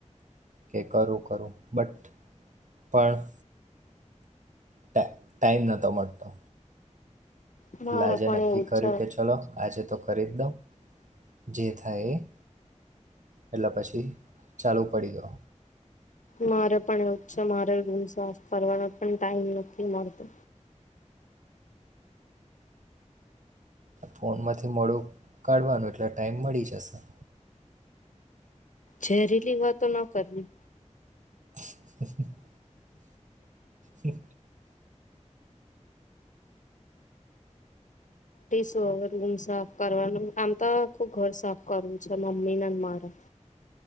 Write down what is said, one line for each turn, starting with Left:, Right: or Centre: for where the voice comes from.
Right: કે કરું કરું બટ પણ ટા ટાઈમ નાતો મોટલો
Left: મારે
Right: એટલા આજે
Left: પણ
Right: નક્કી
Left: એવું જ
Right: કર્યું
Left: છે.
Right: કે ચલો આજે તો કરી જ દઉં જે થાય એ એટલે પછી ચાલુ પડી ગ
Left: મારે પણ એવું છે મારે રૂમ સાફ કરવાનો પણ ટાઈમ નથી મળતો.
Right: ફોનમાંથી મોડું કાઢવાનું એટલે ટાઈમ મળી જશે.
Left: ઝેરીલી વાતો ના કરવી.
Right: હ હમ
Left: સર. ર રૂમ સાફ કરવાનું. આમ તો ખ ઘર સાફ કરવું છે મમ્મી ને મારે